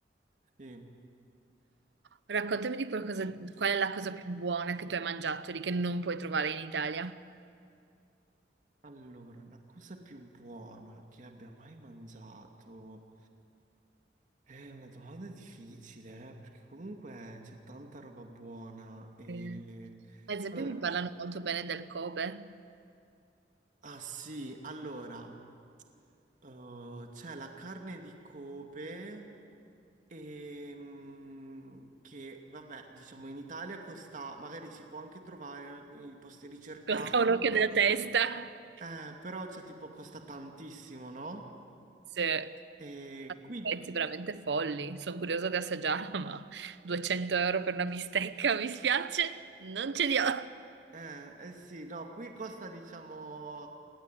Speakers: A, on the right; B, on the right.
A: Sì.
B: Raccontami di qualcosa, qual è la cosa più buona che tu hai mangiato lì che non puoi trovare in Italia?
A: Allora, la cosa più buona che abbia mai mangiato è una domanda difficile, eh, perché comunque c'è tanta roba buona e...
B: Eh, Ad esempio,
A: Allora,
B: mi parlano molto bene del Kobe.
A: ah sì, allora, eh, c'è la carne di Kobe e, mm, che, vabbè, diciamo in Italia costa, magari si può anche trovare in alcuni posti ricercati,
B: Costa un occhio della testa.
A: eh, però c'è tipo costa tantissimo, no?
B: Se
A: E
B: ha
A: qui
B: dei prezzi veramente folli. Sono curiosa di assaggiarla, ma 200 euro per una bistecca, mi spiace, non ce li ho.
A: Eh, eh sì, no, qui costa diciamo